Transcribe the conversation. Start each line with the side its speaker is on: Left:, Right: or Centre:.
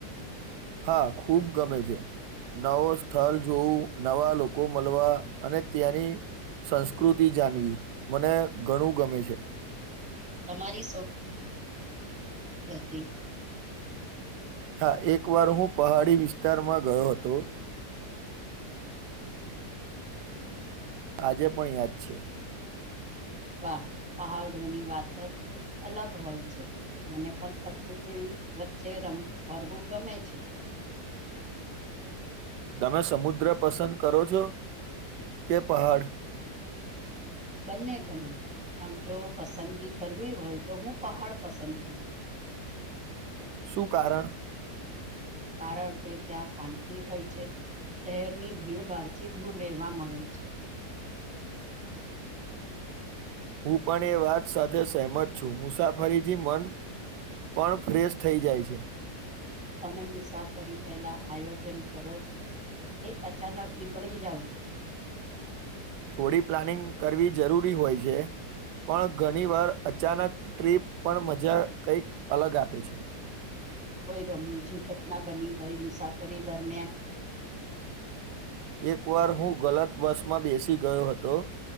Right: હા ખુબ ગમે છે નવો સ્થળ જોવું નવા લોકો મળવા અને ત્યાંની સંસ્કૃતિ જાણવી મને ઘણું ગમે છે
Centre: તમારી બ
Right: હા એક વાર હું પહાડી વિસ્તારમાં ગયો હતો આજે પણ યાદ છે
Centre: વા પહાડોની વાત જ અલગ હોય છે મને પણ પ્રકૃતિ વચ્ચે રમ ફરવું ગમે છે <inaudible>
Right: તમે સમુદ્ર પસંદ કરો છો કે પહાડ
Centre: બંને ગમે પણ જો પસંદગી કરવી હોય તો હું પહાડ પસંદ કરું
Right: શું કારણ
Centre: કારણ કે ત્યાં શાંતિ હોય છે શહેરની ભીડભાડથી દૂર રહેવા મળે છે
Right: હું પણ એ વાત સાથે શેહમત છું મુસાફરીથી મન પણ ફ્રેશ થઈ જાય છે
Centre: તમે મુસાફરી પહેલા આયોજન કરો છો કે અચાનક નીકળી જાવ છો
Right: થોડી પ્લાનિંગ કરવી જરૂરી હોય છે પણ ઘણી વાર અચાનક ટ્રીપ પણ મજા કંઈક અલગ આપે છે
Centre: <inaudible> કોઈ રમૂજી ઘટના બની હોય મુસાફરી દરમિયાન
Right: એક વાર હું ગલત બસમાં બેસી ગયો હતો